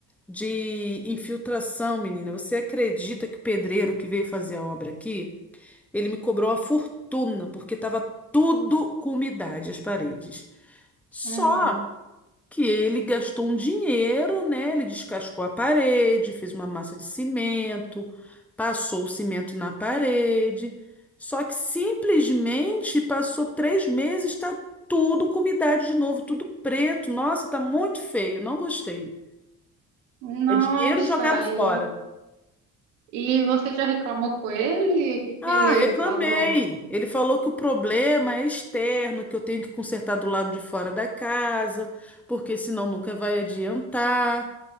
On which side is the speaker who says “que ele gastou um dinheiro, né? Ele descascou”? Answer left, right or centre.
Centre